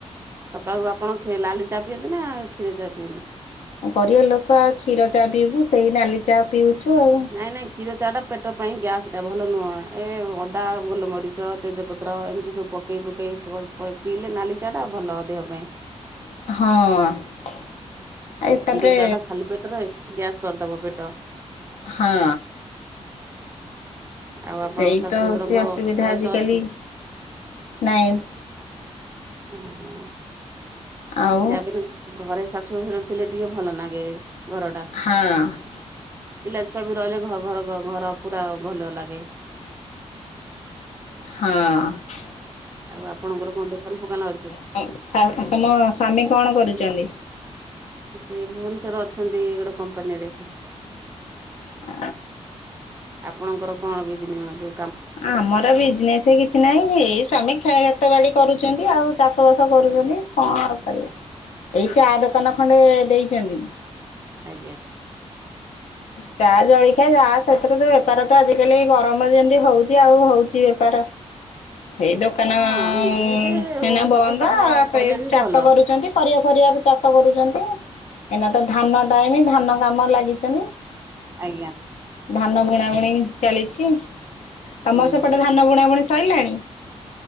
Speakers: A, on the right (about 20°); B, on the left (about 75°).
A: ସକାଳୁ ଆପଣ ଖେ ଲାଲି ଚାହା ପିଅନ୍ତି ନା କ୍ଷୀର ଚାହା ପିଅନ୍ତି?
B: ଗରିବ ଲୋକ ଆଉ କ୍ଷୀର ଚା ପିଇବୁ ସେଇ ନାଲି ଚା ପିଉଚୁ ଆଉ।
A: ନାଇଁ ନାଇଁ କ୍ଷୀର ଚାଆ ଟା ପେଟ ପାଇଁ ଗ୍ୟାସ୍ ଟା ଭଲ ନୁହଁ ଏ ଅଦା, ଗୋଲମରିଚ, ତେଜପତ୍ର ଏମିତି ସବୁ ପକେଇ ପୁକେଇ ପ ପ ପିଇଲେ ନାଲି ଚାଟା ଭଲ ଦେହ ପାଇଁ।
B: ହଁ। ଏ
A: କ୍ଷୀର
B: ତାପରେ
A: ଚାଆ ଟା ଖାଲି ପେଟରେ ଗ୍ୟାସ୍ କରିଦେବ ପେଟ।
B: ହଁ।
A: ଆଉ
B: ସେଇ
A: ଆପଣଙ୍କ ଶାଶୁ
B: ତ ହୋଉଚି
A: ଶଶୁରଙ୍କ
B: ଅସୁବିଧା
A: ବୟସ
B: ଆଜିକାଲି
A: ଅଛି?
B: ନାଇଁ।
A: ଓହୋ
B: ଆଉ
A: ଯାଆ ବି ହେଲେ ଘରେ ଶାଶୁ ଶଶୁର ଥିଲେ ଟିକେ ଭଲ ନାଗେ ଘର ଟା।
B: ହାଁ।
A: ପିଲାଛୁଆ ବି ରହିଲେ ଘ ଘର ଘର ପୁରା ଭଲ ଲାଗେ।
B: ହଁ।
A: ଆଉ ଆପଣଙ୍କର କଣ ଦୋକାନ ଫୋକାନ ଅଛି?
B: ସା ତମ ସ୍ୱାମୀ କଣ କରୁଚନ୍ତି?
A: ସେ ଭୁବନେଶ୍ଵର ଅଛନ୍ତି ଗୋଟେ କମ୍ପାନୀ ରେ।
B: ଆ।
A: ଆପଣଙ୍କର କଣ ବିଜନେ ଯଉ
B: ଆମର ବିଜନେସ ହେଇ କିଛି କି ନାଇଁ ଏଇ ସ୍ଵାମୀ ଖିତେ ବାଡ଼ି କରୁଛନ୍ତି ଆଉ ଚାଷ ବାସ କରୁଛନ୍ତି କଣ କରିବା। ଏଇ ଚା ଦୋକାନ ଖଣ୍ଡେ ଦେଇଛନ୍ତି?
A: ଆଜ୍ଞା।
B: ଚା ଜଳଖିଆ ଯ ସେଥିରେ ତ ବେପାର ତ ଆଜିକାଲି ଗରମ ଯେମିତି ହୋଉଛି ଆଉ ହୋଉଛି ବେପାର। ଏଇ ଦୋକାନନା
A: ହଁ ନିଜେ ନିଜେ
B: ବନ୍ଦ
A: ସବୁ କାମ
B: ସେଇ
A: କଲେ ବି
B: ଚାଷ
A: ଭଲ
B: କରୁଛନ୍ତି। ଫରିବା ଫରିବା ଚାଷ କରୁଛନ୍ତି ଏନା ତ ଧାନ ଟାଇମ ଧାନ କାମ ଲାଗିଛନ୍ତି।
A: ଆଜ୍ଞା।
B: ଧାନ ବୁଣାବୁଣି ଚାଲିଛି, ତମର
A: ହୁଁ
B: ସେପଟେ ଧାନ ବୁଣାବୁଣି ସରିଲାଣି?